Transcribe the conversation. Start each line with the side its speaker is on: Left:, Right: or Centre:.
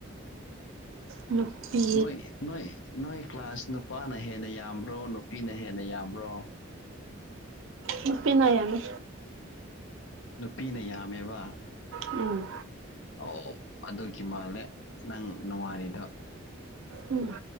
Right: ꯅꯨꯄꯤ
Left: ꯅꯣꯏ ꯅꯣꯏ ꯅꯣꯏ ꯀ꯭ꯂꯥꯁ ꯅꯨꯄꯥꯅ ꯍꯦꯟꯅ ꯌꯥꯝꯕ꯭ꯔꯣ ꯅꯨꯄꯤꯅ ꯍꯦꯟꯅ ꯌꯥꯝꯕ꯭ꯔꯣ
Right: <inaudible> ꯅꯨꯄꯤꯅ ꯌꯥꯝꯃꯤ
Left: ꯅꯨꯄꯤꯅ ꯌꯥꯝꯃꯦꯕ
Right: ꯎꯝ
Left: ꯑꯣ ꯑꯗꯨꯒꯤ ꯃꯥꯜꯂꯦ ꯅꯪ ꯅꯨꯡꯉꯥꯏꯔꯤꯗꯣ
Right: ꯎꯝ